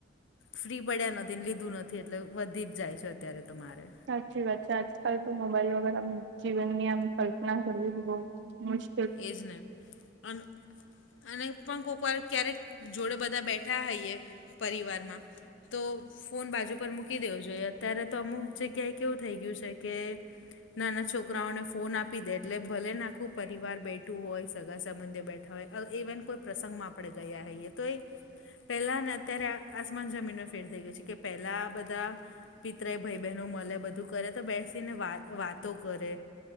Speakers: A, on the left; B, on the right.
A: ફ્રી પડ્યા નથી અને લીધું નથી એટલે વધી જ જાય છે અત્યારે તો મારે.
B: સાચી વાત છે. આજકાલ તો મોબાઈલ વગર આમ જીવનની આમ કલ્પના કરવી બહું મુશ
A: એજ ને અન અને પણ <unintelligible> ક્યારેક જોડે બધા બેઠા હોઈએ પરિવારમાં. તો ફોન બાજુ પર મૂકી દેવો જોઈએ. અત્યારે તો અમુક જગ્યાએ કેવું થઈ ગયું છે કે નાના છોકરાઓને ફોન આપી દેય એટલે ભલે આખું પ પરિવાર બેઠું હોય સગા સંબંધીઓ બેઠા હોય ઈવન કોઈ પ્રસંગમાં આપડે ગયા હોઈએ તોએ પેલા અને અત્યારે આસમાન જમીનનો ફેર થઈ ગયો છે કે પેલા બધા પિત્રય ભાઈ બહેનો મલે બધું કરે તો બેસીને વાત વાતો કરે.